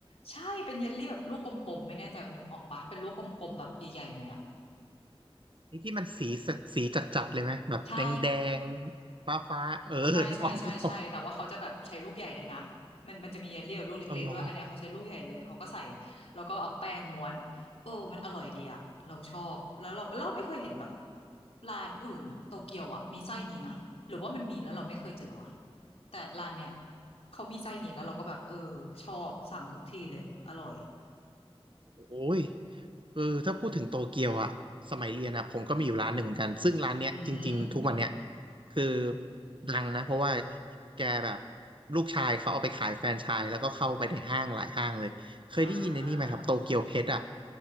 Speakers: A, on the left (about 80°); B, on the right (about 55°).
A: ใช่เป็นเยลลี่แบบลูกกลมๆไม่แน่ใจว่านึกออกปะเป็นลูกกลมๆแบบใหญ่ๆหน่อยอะ
B: นี่ที่มันสีสสีจัดๆเลยไหมแบบแดงแดง
A: ใช่
B: ฟ้าฟ้าๆเออนึกออกนึกออก
A: ใช่ใช่ใช่ใช่แต่ว่าเขาจะแบบใช้ลูกใหญ่เลยนะมันมันจะมีเยลลี่กับลูกเล็กๆด้วยอันเนี้ยเขาใช้ลูกใหญ่เลยเขาก็ใส่
B: เอาล้อ
A: แล้วก็เอาแป้งม้วนเออมันอร่อยดีอะเราชอบแล้วเราเราไม่เคยเห็นแบบร้านอื่นอะโตเกียวอะมีไส้นี้นะหรือว่ามันมีแล้วเราไม่เคยเจออะแต่ร้านเนี้ยเขามีไส้นี้แล้วเราก็แบบเออชอบสั่งทุกทีเลยอร่อย
B: โอ้ยเออถ้าพูดถึงโตเกียวอะสมัยเรียนอะผมก็มีอยู่ร้านหนึ่งเหมือนกันซึ่งร้านเนี้ยจริงๆทุกวันเนี้ย
A: อืม
B: คือดังนะเพราะว่าแกแบบลูกชายเขาเอาไปขายแฟรนไชส์แล้วก็เข้าไปในห้างหลายห้างเลยเคยได้ยินในนี่ไหมครับโตเกียวเพชรอะ
A: อ่า